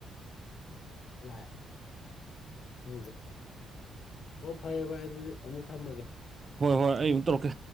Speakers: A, on the left (about 60°); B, on the right (about 40°).
A: ꯂ ꯍꯪꯗꯦ ꯑꯣ ꯐꯔꯦ ꯕꯥꯏ ꯑꯗꯨꯗꯤ ꯑꯃꯨꯛ ꯊꯝꯃꯒꯦ
B: ꯍꯣꯏ ꯍꯣꯏ ꯑꯩ ꯑꯃꯨꯛ ꯇꯧꯔꯛꯀꯦ